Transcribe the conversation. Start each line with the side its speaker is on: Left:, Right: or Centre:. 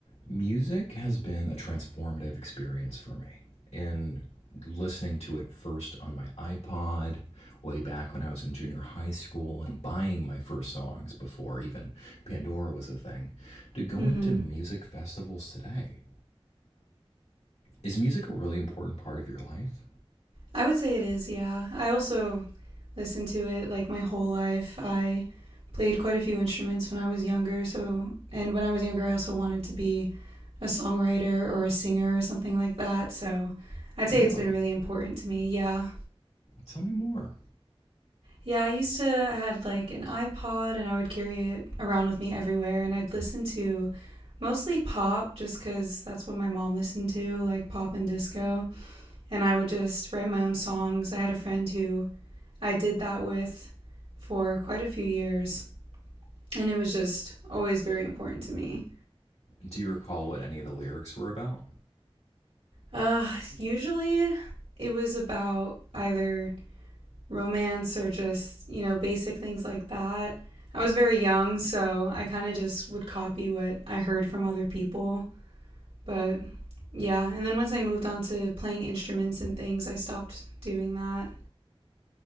Left: Music has been a transformative experience for me in listening to it first on my iPod way back when I was in junior high school and buying my first songs before even Pandora was a thing to going
Right: Mm-hmm.
Left: to music festivals today. Is music a really important part of your life?
Right: I would say it is, yeah. I also listened to it like my whole life. I played quite a few instruments when I was younger, so and when I was younger I also wanted to be a songwriter or a singer or something like that. So I'd say
Left: Really?
Right: it's been really important to me. Yeah.
Left: Tell me more.
Right: Yeah, I used to I had like an iPod and I would carry it around with me everywhere and I'd listen to mostly pop just cuz that's what my mom listened to, like pop and disco. And I would just write my own songs. I had a friend who I did that with for quite a few years, and it was just always very important to me.
Left: Do you recall what any of the lyrics were about?
Right: Uh, usually it was about either romance or just, you know, basic things like that. I was very young, so I kind of just would copy what I heard from other people. But yeah, and then once I moved on to playing instruments and things, I stopped doing that.